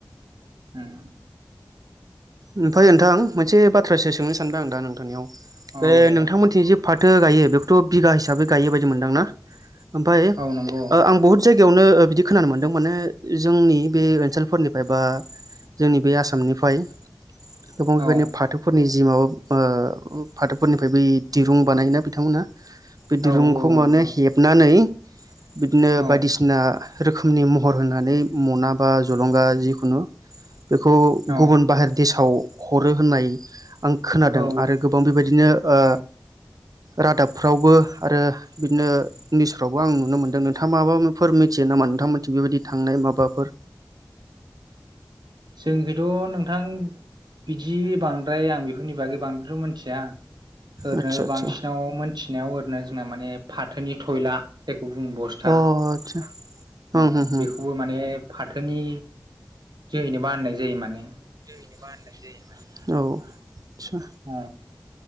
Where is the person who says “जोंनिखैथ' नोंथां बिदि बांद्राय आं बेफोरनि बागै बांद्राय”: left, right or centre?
Right